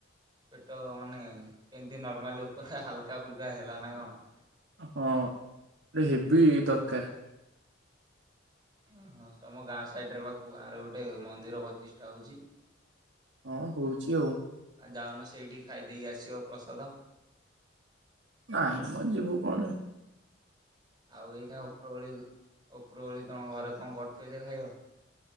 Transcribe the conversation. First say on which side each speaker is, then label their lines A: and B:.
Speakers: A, on the right; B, on the right.
A: ପେଟ ମାନେ ସେମତି ନର୍ମାଲି ଉପରେ ହାଲକା ଫୁଲକା ହେଲ ନା କ ଣ?
B: ହଁ ଏ <unintelligible> ଟ ହେବି ଦରକାର।
A: ଓ ହଁ ତମ ଗାଁ ସାଇଡରେ ବା ଗାଁ ରେ ଗୋଟେ ମନ୍ଦିର ପ୍ରତିଷ୍ଠା ହଉଛି।
B: ହଁ ହଉଛି ଆଉ।
A: ଆଉ ଯାଉନ ସେଇଠି ଖାଇଦେଇକି ଆସିବ ପ୍ରସାଦ।
B: ନାଇଁ ମ ଯିବୁ କଣ ପାଇଁ।
A: ଆଉ ଏଇନା ଓପ୍ରୋବୋଳି ଓପ୍ରୋବୋଳି ତମ ଘରେ କଁ କରିଥିବେ ଯେ ଖାଇବ।